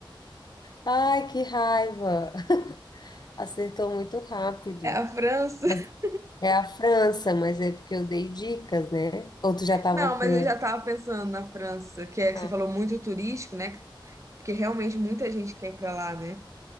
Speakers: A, on the left; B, on the right.
A: Ai, que raiva! Acertou muito rápido.
B: É a França?
A: Mas
B: <laughs>
A: É a França, mas é porque eu dei dicas, né? Ou tu já tava
B: Não, mas
A: com.
B: eu já tava pensando na França, que é,
A: Ah,
B: você falou muito turístico, né? Porque realmente muita gente quer ir pra lá, né?